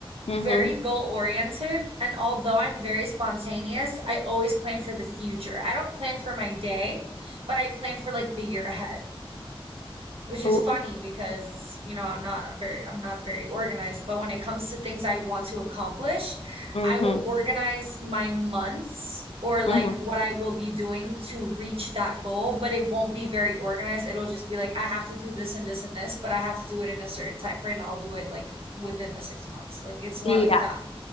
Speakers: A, on the left (about 85°); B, on the right (about 75°).
A: Mm-hmm.
B: very goal oriented, and although I'm very spontaneous, I always plan for the future. I don't plan for my day, but I plan for like the year ahead which is
A: Ooh.
B: funny because you know i'm not very i'm not very organized but when it comes to things i want to accomplish
A: Mm-hmm.
B: i will organize my months or like
A: Mm-hmm.
B: what i will be doing to reach that goal but it won't be very organized it'll just be like i have to do this and this and this but i have to do it in a certain time frame i'll do it like within the six months like it's more
A: Yeah.
B: like that